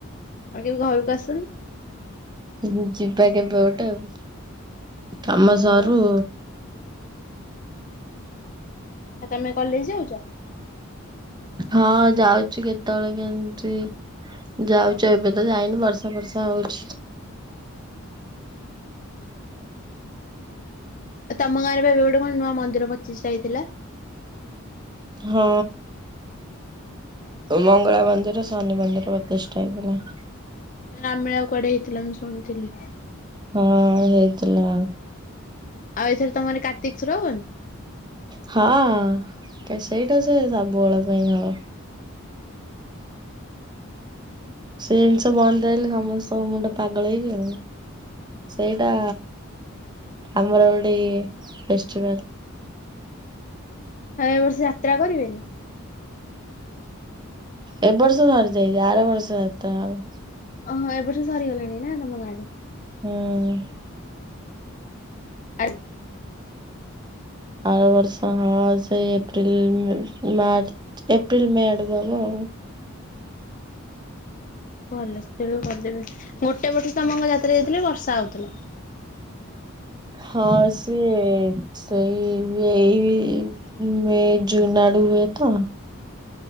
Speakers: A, on the left; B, on the right.
A: ଆଉ କେବେ ଘରକୁ ଆସୁନ୍
B: ହିଁ ଯିବା କେବେ ଗୋଟେ ଆଉ କାମ
A: ହଉ
B: ସରୁ
A: ହଉ ଆ ଆଉ ତମେ କଲେଜ୍ ଯାଉଚ
B: ହଁ ଯାଉଚି କେତେଅଳେ କେମିତି ଯାଉଛି ଏବେ ତ ଯାଇନି ବର୍ଷା ଫର୍ଷା ହଉଛି
A: ଆ ତମ ଗାଁରେ ଏବେ ଗୋଟେ କଣ ନୂଆ ମନ୍ଦିର ପଚିଷ୍ଟା ହେଇଥିଲା
B: ହଁ ମଙ୍ଗଳା ମନ୍ଦିର ଶନି ମନ୍ଦିର ପ୍ରତିଷ୍ଠା ହେଇଥିଲା
A: ନାମିଳା କୁଆଡେ ହେଇଥିଲା ମୁଁ ଶୁଣିଥିଲି
B: ହଁ ହେଇଥିଲା
A: ଆଉ ଏଥରେ ତମର କାର୍ତ୍ତିକସ୍ୱର ହବନି
B: ହଁ ସେଇଟା ସେ ସବୁବେଳ ପାଇଁ ହବ
A: <inaudible>
B: ସେ ଜିନିଷ
A: ହଉ ଆଉ।
B: ବନ୍ଦ ହେଲେ ସମସ୍ତଙ୍କ ମୁଣ୍ଡ ପାଗଳ ହେଇ ଯିବନି ସେଇଟା ଆମର ଗୋଟି ଏ ଫେଷ୍ଟିଭାଲ
A: ଆଉ ଏ ବର୍ଷ ଯାତ୍ରା କରିବେନି
B: ଏବ ବର୍ଷ ସରିଯାଇଚି ଆର ବର୍ଷ ଯାତ୍ରା ହବ
A: ଅହଁ ଏବର୍ଷ ସରିଗଲାଣି ନା ତମ ଗାଁରେ
B: ହୁଁ
A: <inaudible>
B: ଆାର ବର୍ଷ ହଁ ସେ ଏପ୍ରିଲ ମାର୍ଚ୍ଚ ଏପ୍ରିିଲ୍ ମେ ଆଡ଼କୁ ହବ ଆଉ
A: ଭଲ ସେଟେବେଳକୁ କରିଦେବି ଗୋଟେ ବର୍ଷ ତମ ଯାତ୍ରରେ ଯାଇଥିଲେ ବର୍ଷା ହଉଥିଲା
B: ହଁ ସେ ସେଇ ଏଇ ମେ ଜୁନ ଆଡ଼ୁ ହୁଏ ତ